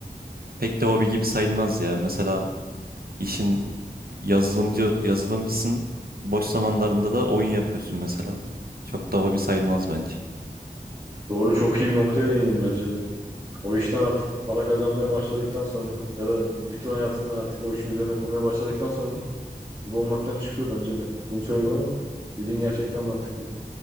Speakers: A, on the right; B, on the right.
A: pek de hobi gibi sayılmaz ya. Mesela işin yazılımcı yazılımcısın. Boş zamanlarında da oyun yapıyorsun mesela. Çok da hobi sayılmaz bence.
B: Doğru çok iyi bir noktaya değindim bence de. O işten artık para kazanmaya başladıktan sonra ya da bütün hayatını artık o işin üzerine kurmaya başladıktan sonra hobi olmaktan çıkıyor bence de. Bunu söyledim ama dediğin gerçekten mantıklı.